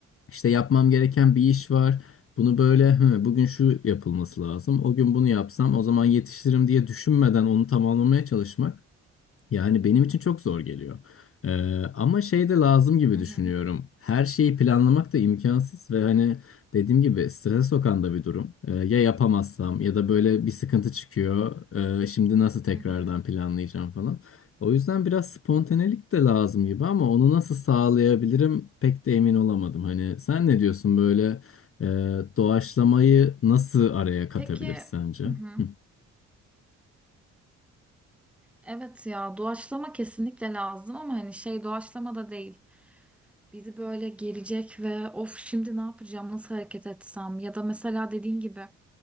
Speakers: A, on the left; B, in the centre.
A: işte yapmam gereken bir iş var. Bunu böyle "Hı, bugün şu yapılması lazım. O gün bunu yapsam o zaman yetiştiririm diye düşünmeden onu tamamlamaya çalışmak. Yani benim için çok zor geliyor. Ee, ama şey de lazım gibi
B: Hı hı.
A: düşünüyorum. Her şeyi planlamak da imkansız ve hani dediğim gibi strese sokan da bir durum. Ee, ya yapamazsam ya da böyle bir sıkıntı çıkıyor. Ee, şimdi nasıl tekrardan
B: Hı hı.
A: planlayacağım falan. O yüzden biraz spontanelik de lazım gibi ama onu nasıl sağlayabilirim pek de emin olamadım. Hani sen ne diyorsun böyle e, doğaçlamayı nasıl araya katabiliriz
B: Peki
A: sence?
B: hı hı.
A: Hı
B: Evet ya doğaçlama kesinlikle lazım ama hani şey doğaçlama da değil. Bizi böyle gelecek ve of şimdi ne yapacağım, nasıl hareket etsem ya da mesela dediğin gibi